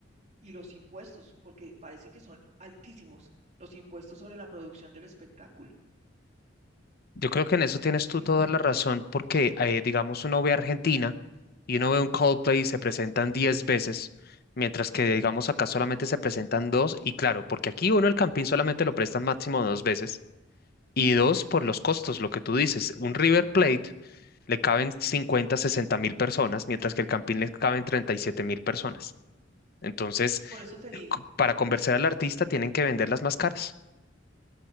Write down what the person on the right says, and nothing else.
y los impuestos, porque parece que son altísimos los impuestos sobre la producción del espectáculo.
Si
hubi-
por eso te digo.
hmm,